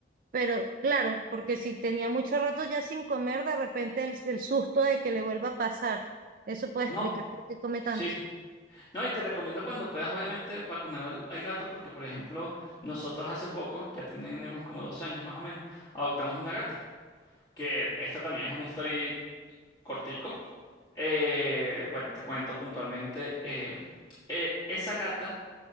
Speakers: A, on the right (about 50°); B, on the left (about 25°).
A: pero claro, porque si tenía mucho rato ya sin comer, de repente el, el susto de que le vuelva a pasar. Eso puede
B: No,
A: explicar por qué come
B: sí.
A: tanto.
B: No, y te recomiendo cuando puedas, obviamente, vacunar al, al gato porque, por ejemplo, nosotros hace poco, ya tenemos como dos años más o menos, adoptamos una gata, que esta también es una historia cortico. Eh, bueno, te cuento puntualmente, eh, eh, esa gata